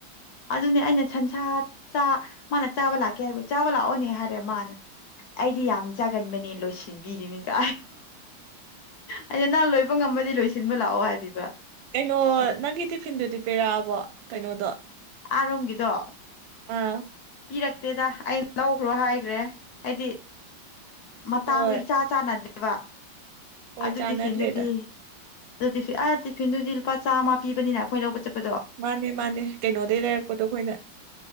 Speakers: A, on the left (about 70°); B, on the right (about 75°).
A: ꯑꯗꯨꯅꯦ ꯑꯩꯅ ꯁꯟꯁꯥꯥ ꯃꯥꯅ ꯆꯥꯕ ꯂꯥꯛꯀꯦ ꯍꯥꯏꯕꯗ ꯆꯥꯕ ꯂꯥꯛꯑꯣꯅꯦ ꯍꯥꯏꯔꯦ ꯃꯥꯅ ꯑꯩꯗꯤ ꯌꯥꯝ ꯆꯥꯒꯟꯕꯅꯦ ꯂꯣꯏꯁꯤꯟꯕꯤꯔꯤꯅꯤꯗ ꯑꯩꯅ ꯅꯪ ꯂꯣꯏꯕ ꯉꯝꯃꯗꯤ ꯂꯣꯏꯁꯤꯟꯕ ꯂꯥꯛꯑꯣ ꯍꯥꯏꯕꯤꯕ
B: ꯀꯩꯅꯣ
A: ꯑꯦ
B: ꯅꯪꯒꯤ ꯇꯤꯐꯤꯟꯗꯨꯗꯤ ꯄꯤꯔꯛꯑꯕꯣ ꯀꯩꯅꯣꯗꯣ
A: ꯑꯥꯔꯣꯝꯒꯤꯗꯣ
B: ꯑꯥ
A: ꯄꯤꯔꯛꯇꯦꯗ ꯑꯩꯅ ꯂꯧꯈ꯭ꯔꯣ ꯍꯥꯏꯈ꯭ꯔꯦ ꯑꯩꯗꯤ ꯃꯇꯥꯡꯗꯨ
B: ꯍꯣꯏ
A: ꯏꯆꯥ ꯆꯥꯟꯅꯗ꯭ꯔꯦꯕ
B: ꯍꯣꯏ
A: ꯑꯗꯨ
B: ꯆꯥꯟꯅꯗ꯭ꯔꯦꯗ
A: ꯇꯤꯐꯤꯟꯗꯨꯗꯤ ꯑꯗꯨ ꯇꯤꯐꯤꯟ ꯑꯥ ꯇꯤꯐꯤꯟꯗꯨꯗꯤ ꯂꯨꯄꯥ ꯆꯥꯝꯃ ꯄꯤꯕꯅꯤꯅ ꯑꯩꯈꯣꯏ ꯂꯧꯕ ꯆꯠꯄꯗꯣ
B: ꯃꯥꯅꯦ ꯃꯥꯅꯦ ꯀꯩꯅꯣꯗꯒꯤ ꯂꯩꯔꯛꯄꯗꯣ ꯑꯩꯈꯣꯏꯅ